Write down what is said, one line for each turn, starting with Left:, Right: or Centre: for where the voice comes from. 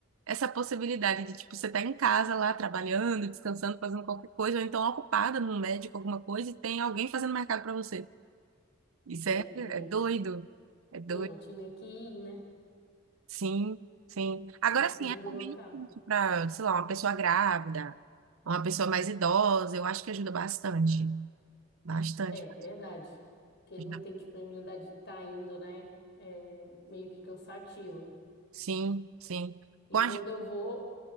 Right: essa possibilidade de, tipo, você tá em casa lá, trabalhando, descansando, fazendo qualquer coisa, ou então ocupada num médico, alguma coisa, e tem alguém fazendo mercado para você. Isso
Left: É,
Right: é,
Left: não,
Right: é doido. É doido.
Left: não, tinha que ir, né?
Right: Sim, sim. Agora
Left: Tinha que
Right: sim,
Left: se deslocar.
Right: é conveniente para, sei lá, uma pessoa grávida, uma pessoa mais idosa, eu acho que ajuda bastante. Bastante.
Left: É, verdade. Porque
Right: Ajuda.
Left: não tem disponibilidade de estar indo, né? É meio que cansativo.
Right: Sim, sim.
Left: E
Right: Com
Left: quando
Right: a... gente-
Left: eu vou,